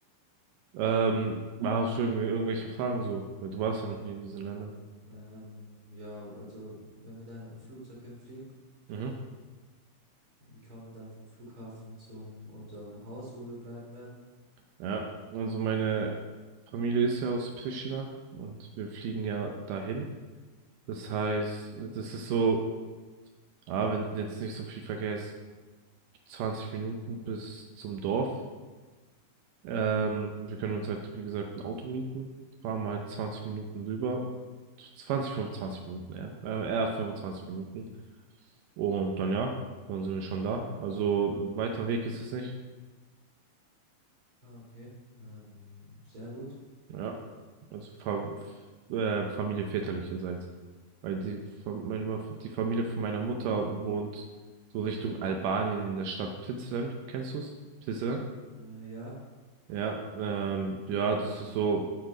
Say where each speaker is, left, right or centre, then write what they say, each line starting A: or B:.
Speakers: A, on the right; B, on the right.
A: Ähm, hast du irgendwie irgendwelche Fragen so? Weil du warst ja noch nie in diesen Ländern.
B: Ähm, ja, also wenn wir da mit dem Flugzeug hinfliegen,
A: Mhm.
B: wie kommen wir dann vom Flughafen zum unserem Haus, wo wir bleiben werden?
A: Ja, also meine Familie ist ja aus Pristina und wir fliegen ja dahin. Das heißt, das ist so, ah, wenn jetzt nicht so viel Verkehr ist, 20 Minuten bis zum Dorf. Ähm, wir können uns halt, wie gesagt, ein Auto mieten, fahren halt 20 Minuten rüber. zwanzig fünfundzwanzig Minuten, eher. Äh, eher 25 Minuten. Und dann ja, dann sind wir schon da. Also ein weiter Weg ist es nicht.
B: Ah, okay. Ähm, sehr gut.
A: Ja. Also Fa äh, Familie väterlicherseits. Weil die, Fa- meine, Ma- die Familie von meiner Mutter wohnt so Richtung Albanien in der Stadt Prizren. Kennst du's? Prizren?
B: Äh, ja,
A: Ja, ähm, ja, das ist so